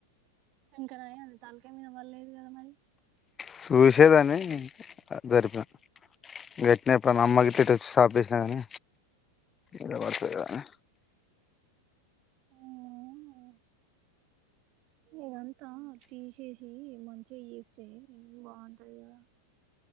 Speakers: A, on the right; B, on the left.
A: ఇంకా నాయ్యం తలకాయ మీద వడలేదు కదా మరి
B: సుశే దాన్ని జరిపిన వెట్నప్ ప మా అమ్మ గిట్లే ఎట సాప్ చేసిన గాని మీద పడుతది గదా
A: ఆ హ ఇదంతా తీసేసి మంచిగా చేస్తే బాగుంటది కదా